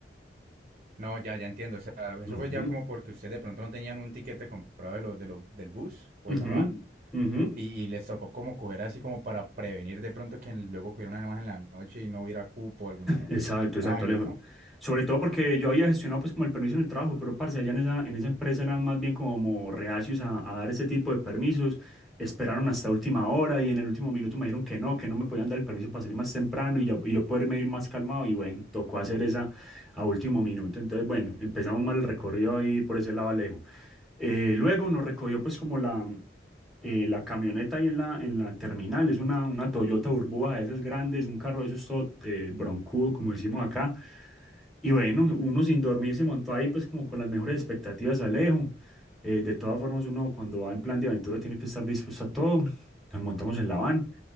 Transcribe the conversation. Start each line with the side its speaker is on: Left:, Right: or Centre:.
Right: No, ya, ya entiendo, o sea,
Centre: Ujú,
Right: eso fue ya como porque ustedes de pronto no tenían un tiquete comprado de lo, de lo, del bus o
Centre: ujú,
Right: de la van.
Centre: ujú.
Right: Y, y les tocó como coger así como para prevenir de pronto que luego cogiera una más en la noche y no hubiera cupo o alguna, no,
Centre: Exacto,
Right: alguna
Centre: exacto,
Right: vaina,
Centre: Alejo.
Right: ¿no?
Centre: Sobre todo porque yo había gestionado pues como el permiso en el trabajo, pero parce, allá en esa, en esa empresa eran más bien como reacios a, a dar ese tipo de permisos. Esperaron hasta última hora y en el último minuto me dijeron que no, que no me podían dar el permiso para salir más temprano y yo, y yo poderme ir más calmado. Y bueno, tocó hacer esa a último minuto. Entonces, bueno, empezamos mal el recorrido ahí por ese lado, Alejo. Eh, luego nos recogió pues como la, eh, la camioneta ahí en la, en la terminal, es una, una Toyota Urboa de esas grandes, un carro de esos todo eh, broncudo, como decimos acá. Y bueno, uno sin dormir se montó ahí pues como con las mejores expectativas, Alejo. Eh, de todas formas, uno cuando va en plan de aventura tiene que estar dispuesto a todo. Nos montamos en la van